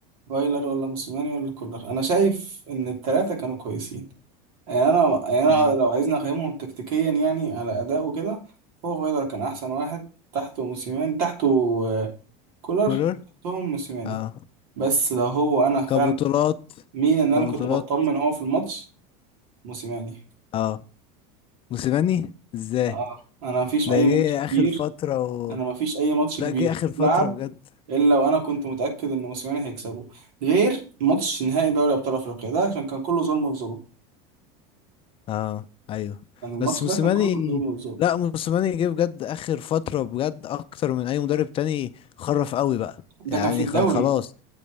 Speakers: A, on the right; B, on the left.
A: فايلر ولا موسيماني ولا كولر انا شايف ان الثلاثه كانوا كويسين يعني انا يعني انا
B: ايوه
A: لو عايزني اقيمهم تكتيكيا يعني على اداء وكده فهو فايلر كان احسن واحد تحته موسيماني تحته آه، كولر
B: كولر
A: تحتهم موسيماني
B: اه
A: بس لو هو انا فعلا
B: كبطولات
A: مين ان انا
B: كبطولات
A: كنت بطمن هو في الماتش موسيماني
B: اه موسيماني ازاي
A: اه انا مفيش
B: ده
A: اي
B: جه
A: ماتش
B: اخر
A: كبير
B: فترة و...
A: انا مفيش اي ماتش
B: لا
A: كبير
B: جه اخر فترة
A: لعب
B: بجد
A: الا وانا كنت متاكد ان موسيماني هيكسبه غير ماتش نهائي دوري ابطال افريقيا ده عشان كان كله ظلم في ظلم
B: اه ايوه
A: يعني الماتش
B: بس
A: ده
B: موسيماني
A: كان كله بالظبط بالظبط
B: لا موسيماني جه بجد اخر فتره بجد اكتر من اي مدرب تاني خرف قوي بقى
A: ده
B: يعني
A: كان في الدوري
B: كان خلاص